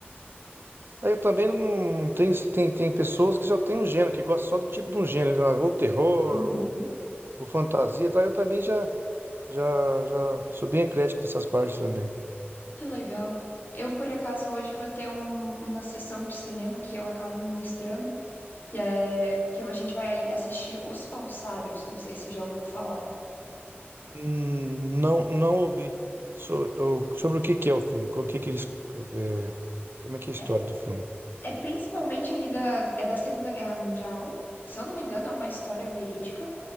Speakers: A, on the right; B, on the left.
A: Aí eu também não, não tem, tem, tem pessoas que só tem um gênero, que gostam só do tipo de um gênero, lá, ou terror,
B: Uhum.
A: ou, ou fantasia, tá? Eu também já. Já, já sou bem eclético nessas partes também.
B: Que legal. Eu, por acaso, hoje vou ter um- uma sessão de cinema que eu acabo ministrando, que é que a gente vai assistir Os Falsários. Não sei se você já ouviu falar.
A: Hum, Não, não ouvi so- o- sobre o que que é o filme, co- o que que eles, é, como é que é a história
B: É,
A: do filme.
B: é principalmente ali da, é da Segunda Guerra Mundial. Se eu não me engano, é uma história verídica.